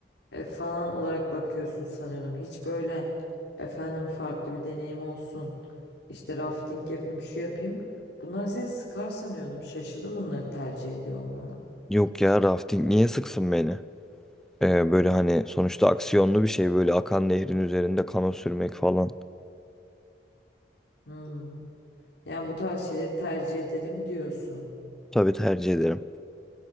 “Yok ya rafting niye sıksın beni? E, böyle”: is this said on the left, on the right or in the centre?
Centre